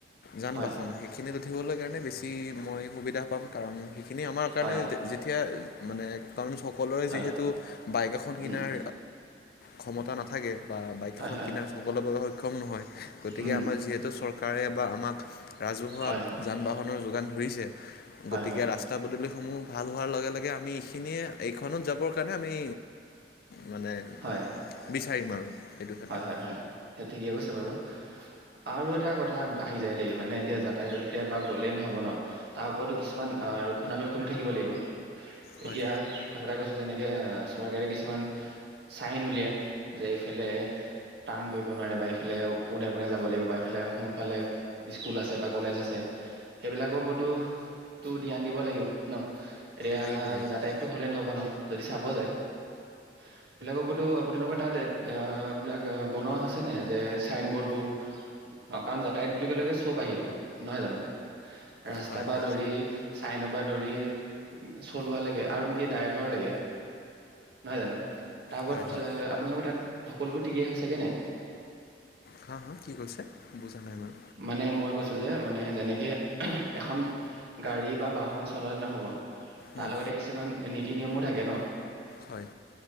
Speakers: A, on the left; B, on the right.
A: যান
B: হয়
A: বাহন, সেইখিনি উঠি বলৈ কাৰণে বেছি মই সুবিধা পাম। কাৰণ, সেইখিনি আমাৰ কাৰণে
B: হয়
A: যেতিয়া মানে কাৰণ সকলোৰে
B: হয়
A: যিহেতু বাইক এখন
B: উম
A: কিনাৰ ক্ষমতা নাথাকে, বা বাইক
B: হয়
A: এখন
B: হয়
A: কিনাৰ সকলোৰ বাবে সক্ষম নহয়। গতিকে,
B: উম
A: আমাৰ যিহেতু চৰকা কাৰে বা আমাক ৰাজহুৱা
B: হয়
A: যান বাহনৰ যোগান ধৰিছে,
B: হয়
A: গতিকে
B: হয়
A: ৰাস্তা পদূলি সমূহ ভাল হোৱাৰ লগে লগে আমি এইখিনিয়ে এইখনত যাবৰ কাৰণে আমি মানে
B: হয়
A: বিছ চাৰিম আৰু। সেইটো ক্ষেত্ৰত
B: হয় হয় হয়, সেই ঠিকেই কৈছে বাৰু। আৰু এটা কথ কথা আহি যায় দেই মানে এতিয়া যাতায়ত এতিয়া বা গ'লেই নহ'ব ন তাৰ ওপৰতো কিছুমান ৰক্ষণাবেক্ষণো থাকিব লাগিব।
A: হয়
B: এতিয়া কথা এটা কৈছো যেনেকে চৰকাৰে কিছুমান চাইন উলিয়াই যে এইফালে টাৰ্ণ কৰিব নোৱাৰে, বা ইফালে পোনে পোনে যাব লাগিব, বা ইফালে সোফালে স্কুল আছে বা কলেজ আছে, সেইবিলাকৰ ওপৰতো টো ধ্যান দিব লাগিব ন, এতিয়া
A: লাগিব লাগিব
B: যাতায়তটো হ'লেই নহ'ব ন? যদি চাব যায় সেইবিলাকোতো আপোনালোকৰ তাত এইয়া বিলাক বনোৱা হৈছে নে যে চাইন বৰ্ডবোৰ, কাৰণ যাতায়ত বুলি ক'লে চব আহিব, নহয় জানো? ৰাস্তাৰ
A: হয়
B: পৰা
A: হয়
B: ধৰি চাইনৰ পৰা ধৰি চলোৱা লেগে আৰু নেকি ড্ৰাইভাৰ লেগে নহয় জানো? তাৰপৰত
A: হয় হয়
B: এ আপোনালোকৰ তাত ঠিকেই হৈছেগে নে?
A: হা হা কি কৈছে? বুজা নাই মই
B: মানে মই কৈছো যে মানে যেনেকে এখন গাড়ী বা বাহ খন চলালে নহ'ব তাৰ
A: উম
B: লগতে কিছুমান নীতি নিয়মো থাকে ন?
A: হয়